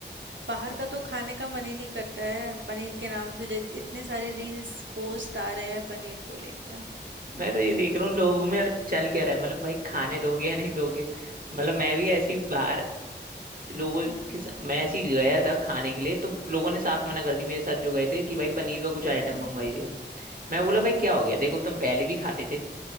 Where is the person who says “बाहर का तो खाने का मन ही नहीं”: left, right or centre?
Right